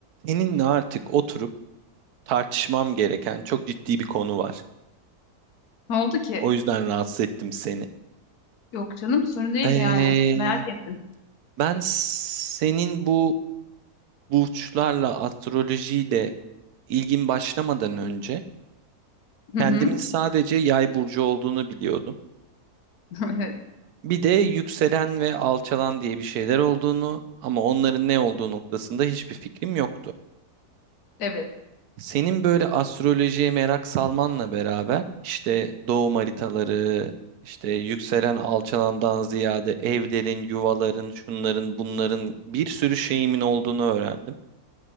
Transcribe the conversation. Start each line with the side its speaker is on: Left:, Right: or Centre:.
Right: Seninle artık oturup tartışmam gereken çok ciddi bir konu var.
Left: Ne oldu ki?
Right: O yüzden rahatsız ettim seni.
Left: Yok canım sorun değil
Right: Ee,
Left: yani. Merak ettim.
Right: ben senin bu burçlarla, astrolojiyle ilgin başlamadan önce
Left: Hı
Right: kendimin
Left: hı.
Right: sadece yay burcu olduğunu biliyordum.
Left: <laughs> Evet.
Right: Bir de yükselen ve alçalan diye bir şeyler olduğunu ama onların ne olduğu noktasında hiçbir fikrim yoktu.
Left: Evet.
Right: Senin böyle astrolojiye merak salmanla beraber işte doğum haritaları, işte yükselen alçalandan ziyade evlerin, yuvaların, şunların, bunların bir sürü şeyimin olduğunu öğrendim.